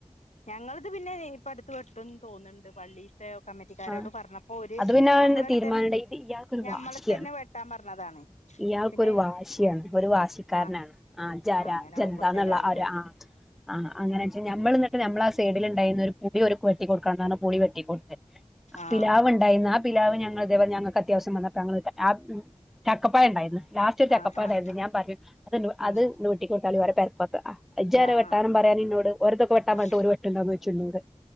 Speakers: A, on the left; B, in the centre.
A: ഞങ്ങളത് പിന്നെ ഇപ്പ അടുത്ത് വെട്ടൂന്ന് തോന്നണ്ട് പള്ളി ത്തെ കമ്മറ്റിക്കാരോട്
B: ആ
A: പറഞ്ഞപ്പോ ഓര്
B: അത് പിന്നെ
A: ഞമ്മള അടുത്തന്നെ
B: തീരുമാനണ്ട ഇത് ഇയാൾക്കൊരു
A: ഞമ്മളെ
B: വാശിയാണ്
A: തന്നെ വെട്ടാൻ പറഞ്ഞതാണ്.
B: ഇയാൾക്കൊരു
A: പിന്നെ
B: വാശിയാണ് ഒരു വാശിക്കാരനാണ്
A: ആഹ്
B: ആഹ് ജ്ജ് ആരാ
A: അങ്ങനെ
B: ജ്ജ്
A: ആവുമ്പോ
B: എന്താന്ന്ള്ള
A: ചെല ആൾക്കാര്
B: ആ ഒരു ആഹ് ആഹ് അങ്ങനേച്ച് ഞമ്മള് എന്നിട്ട് നമ്മളാ സൈഡില് ഇണ്ടായിരുന്ന ഒരു പുളി ഒര്ക്ക് വെട്ടി കൊടുക്കാൻ <unintelligible> പുളി വെട്ടി കൊടുത്തു
A: ആഹ്
B: പിലാവ് ഉണ്ടായെന്ന് ആ പിലാവ് ഞങ്ങൾ ഇതേ പോലെ ഞങ്ങക്ക് അത്യാവശ്യം വന്നപ്പോ ഞങ്ങള് ആഹ് മ്ഹ് ചക്കപ്പയം ഇണ്ടായെന്ന് ലാസ്റ്റ് ഒരു ചക്കപ്പയം
A: ആഹ് ആഹ്
B: ഉണ്ടായിരുന്നു ഞാൻ പറഞ്ഞു അത് നൂ
A: ഉം
B: അത് ന്റെ വീട്ടിക്ക് കൊടുത്താലൊ ഓര പെര പൊറത്ത് ആഹ് ഇജ്ജ് ആരാ
A: ആഹ്
B: വെട്ടാനും
A: ആഹ്
B: പറയാനും ഇന്നോട് ഓരൊക്ക ഇപ്പ വെട്ടാൻ
A: ആഹ്
B: പറഞ്ഞിട്ട് ഓര് വെട്ട്ണ്ടോ എന്ന് ചോയ്ച്ചു എന്നോട്